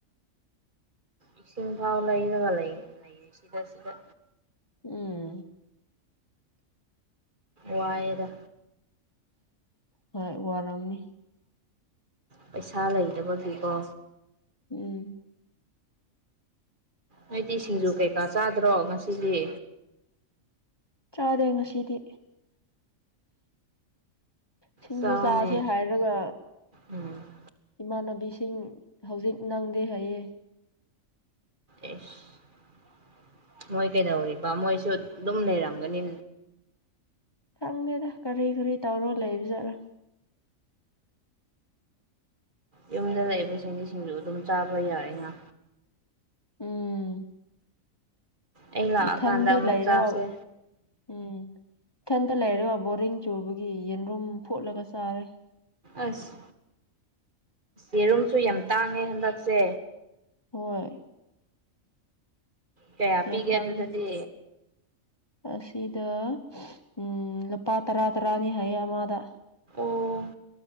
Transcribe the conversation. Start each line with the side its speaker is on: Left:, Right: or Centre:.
Right: ꯏꯁꯤꯡ ꯐꯥꯎ ꯂꯩꯔꯒ ꯂꯩꯔꯤ ꯁꯤꯗ ꯁꯤꯗ
Left: ꯎꯝ
Right: ꯋꯥꯏꯔ
Left: ꯍꯣꯏ ꯑꯔꯝꯅꯤ
Right: ꯄꯩꯁꯥ ꯂꯩꯗꯕꯒꯤꯀꯣ
Left: ꯎꯝ
Right: ꯅꯗꯤ ꯁꯤꯡꯖꯨ ꯀꯩꯀꯥ ꯆꯥꯗ꯭ꯔꯣ ꯉꯁꯤꯗꯤ
Left: ꯆꯥꯗꯦ ꯉꯁꯤꯗꯤ ꯁꯤꯡꯖꯨ
Right: ꯆꯥꯎꯅꯦ
Left: ꯆꯥꯁꯦ ꯍꯥꯏꯔꯒ
Right: ꯎꯝ
Left: ꯏꯃꯥꯟꯅꯕꯤꯁꯤꯡ ꯍꯧꯖꯤꯛ ꯅꯪꯗꯦ ꯍꯥꯏꯌꯦ
Right: ꯑꯦꯐ ꯃꯣꯏ ꯀꯩꯗꯧꯔꯤꯕ ꯃꯣꯏꯁꯨ ꯑꯗꯨꯝ ꯂꯩꯔꯝꯒꯅꯤ
Left: ꯈꯪꯗꯦꯗ ꯀꯔꯤ ꯀꯔꯤ ꯇꯧꯔꯣ ꯂꯩꯕꯖꯥꯔ
Right: ꯌꯨꯝꯗ ꯂꯩꯕ ꯆꯦꯟꯗꯤꯁꯤꯡꯁꯨ ꯑꯗꯨꯝ ꯆꯥꯕ ꯌꯥꯏ ꯉꯥ
Left: ꯎꯝ
Right: ꯑꯩ ꯂꯥꯛꯑꯀꯥꯟꯗ
Left: ꯏꯊꯟꯗ
Right: ꯑꯃꯨꯛ
Left: ꯂꯩꯔꯒ
Right: ꯆꯥꯁꯦ
Left: ꯎꯝ ꯏꯊꯟꯇ ꯂꯩꯔꯒ ꯕꯣꯔꯤꯡ ꯆꯨꯕꯒꯤ ꯌꯦꯟꯔꯨꯝ ꯐꯨꯠꯂꯒ ꯆꯥꯔꯦ
Right: ꯑꯁ ꯌꯦꯦꯔꯨꯝꯁꯨ ꯌꯥꯝ ꯇꯥꯡꯉꯦ ꯍꯟꯗꯛꯁꯦ
Left: ꯍꯣꯏ
Right: ꯀꯌꯥ
Left: ꯌꯥꯝ
Right: ꯄꯤꯒꯦ
Left: ꯇꯥꯡꯉꯦ
Right: ꯑꯗꯨꯗꯗꯤ
Left: ꯑꯁꯤꯗ ꯎꯝ ꯂꯨꯄꯥ ꯇꯔꯥ ꯇꯔꯥꯅꯤ ꯍꯥꯏꯌꯦ ꯑꯃꯗ
Right: ꯑꯣ